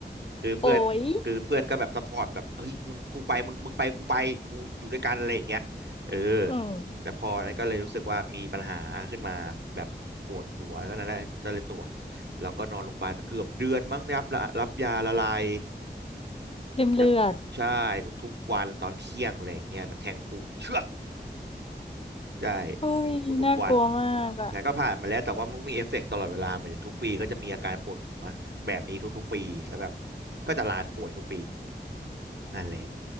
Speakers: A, on the right (about 75°); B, on the left (about 35°).
A: คือเพื่อนคือเพื่อนก็แบบซัพพอร์ตแบบเฮ้ยมึงกูไปมึงมึงไปกูไปกูอยู่ด้วยกันอะไรอย่างเงี้ยเออ
B: โอ้ยอืม
A: แต่พอนั้นก็เลยรู้สึกว่ามีปัญหาขึ้นมาแบบปวดหัวก็นั้นแหละก็เลยตรวจแล้วก็นอนโรงพยาบาลไปเกือบเดือนมั้งรับรับยาละลาย
B: เต็มเลือด
A: ครับใช่ทุกๆวันตอนเที่ยงอะไรอย่างเงี้ยมาแทงพุงเชือก ใช่
B: เฮ้ยน่ากลัวมากอะ
A: ทุกๆทุกๆวันแต่ก็ผ่านมาแล้วแต่ว่ามันมีเอฟเฟกต์ตลอดเวลาเหมายถึงทุกปีก็จะมีอาการปวดหัวแบบนี้ทุกๆปีแล้วแบบก็จะลาป่วยทุกปีนั่นแหละ